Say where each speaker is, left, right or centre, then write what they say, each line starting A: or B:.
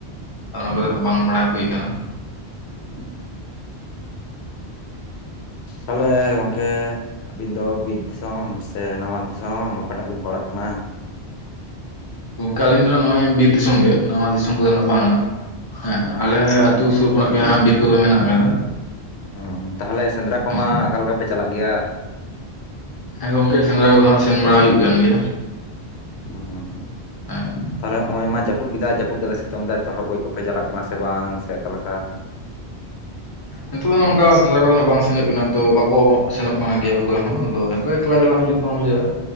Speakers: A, on the left (about 35°); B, on the left (about 75°).
A: ᱚᱱᱟ
B: ᱦᱩᱸ
A: ᱠᱚᱫᱚ ᱵᱟᱝ ᱵᱟᱲᱟᱭ ᱦᱩᱭ ᱟᱠᱟᱱᱟ᱾
B: <inaudible> ᱛᱟᱦᱚᱞᱮ ᱜᱚᱝᱠᱮ ᱟᱹᱵᱤᱱ ᱫᱚ ᱵᱤᱨ ᱫᱤᱥᱚᱢ ᱥᱮ ᱱᱟᱢᱟᱞ ᱫᱤᱥᱚᱢ, ᱚᱠᱟᱴᱟᱜ ᱵᱤᱱ ᱯᱟᱲᱟᱜ ᱠᱟᱱᱟ?
A: ᱚᱱᱠᱟ ᱟᱞᱤᱧ ᱫᱚᱦᱟᱜ ᱱᱚᱜᱼᱚᱭ ᱵᱤᱫ ᱫᱤᱥᱚᱢ ᱜᱮ᱾ ᱱᱟᱢᱟᱞ ᱫᱤᱥᱚᱢ ᱠᱚᱫᱚ ᱱᱟᱜ ᱵᱟᱝᱼᱟ ᱦᱮᱸ ᱟᱞᱮ ᱟᱹᱛᱩ ᱥᱩᱨ ᱠᱷᱚᱱᱟᱜ ᱜᱮ ᱵᱤᱨ ᱠᱚᱫᱚ ᱢᱮᱱᱟᱜ ᱟᱠᱟᱫᱟ᱾
B: ᱚ ᱛᱟᱦᱚᱞᱮ ᱥᱮᱸᱫᱽᱨᱟ ᱠᱚᱢᱟ
A: ᱦᱮᱸ
B: ᱚᱠᱟ ᱞᱮᱠᱟ ᱯᱮ ᱪᱟᱞᱟᱜ ᱜᱮᱭᱟ?
A: ᱦᱮᱸ ᱜᱚᱢᱠᱮ ᱥᱮᱸᱫᱽᱨᱟ ᱠᱚᱫᱚ ᱦᱟᱜ ᱥᱮᱱ ᱵᱟᱲᱟ ᱦᱩᱭᱩᱜ ᱠᱟᱱ ᱜᱮᱭᱟ᱾
B: ᱚ ᱦᱚᱸ
A: ᱦᱮᱸ
B: ᱛᱟᱦᱚᱞᱮ ᱱᱚᱜᱼᱭ ᱢᱟ ᱡᱟᱹᱯᱩᱫ ᱠᱮᱫᱟ ᱡᱟᱹᱯᱩᱫ ᱠᱮᱫᱟᱭ ᱥᱤᱛᱩᱝ ᱫᱟᱭ ᱛᱚᱨᱚᱦᱚᱫ ᱜᱚᱡ ᱠᱚᱯᱮ ᱪᱟᱞᱟᱜ ᱠᱟᱱᱟ ᱥᱮ ᱵᱟᱝ ᱥᱮ ᱚᱠᱟ ᱞᱮᱠᱟ? <unintelligible>
A: ᱱᱤᱛᱚᱜ ᱫᱚ ᱚᱱᱠᱟ ᱥᱮᱸᱫᱽᱨᱟ ᱠᱚᱫᱚ ᱵᱟᱝ ᱥᱮᱱᱚᱜ ᱦᱩᱭᱩᱜ ᱠᱟᱱᱟ ᱱᱤ ᱛᱚ ᱵᱟᱠᱚ ᱥᱮᱱᱚᱜ ᱠᱟᱱᱟ ᱜᱮᱭᱟ ᱚᱠᱚᱭ ᱦᱚᱸ ᱟᱫᱚ ᱮᱱᱠᱟ᱾ ᱮᱠᱞᱟ ᱪᱟᱞᱟᱜ ᱦᱚᱸ ᱡᱩᱛ ᱵᱟᱝ ᱵᱩᱡᱷᱟᱹᱜᱼᱟ